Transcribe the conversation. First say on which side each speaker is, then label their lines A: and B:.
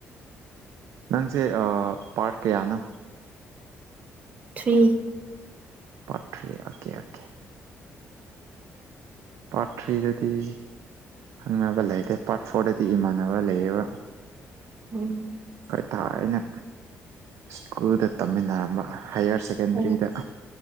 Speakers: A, on the right; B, on the right.
A: ꯅꯪꯁꯦ ꯄꯥꯔꯠ ꯀꯌꯥꯅꯣ
B: three
A: part three okay okay part ꯊ꯭ꯔꯤꯗꯗꯤ ꯈꯪꯅꯕ ꯂꯩꯇꯦ ꯄꯥꯔꯠ ꯐꯣꯔꯗꯗꯤ ꯏꯃꯥꯟꯅꯕ ꯂꯩꯌꯦꯕ
B: ꯎꯝ <unintelligible>
A: ꯑꯩꯈꯣꯏ ꯊꯥꯏꯅ ꯁ꯭ꯀꯨꯜꯗ ꯇꯝꯃꯤꯟꯅꯔꯝꯕ ꯍꯥꯏꯌꯔ ꯁꯦꯀꯦꯟꯗꯔꯤꯗ
B: ꯑꯣ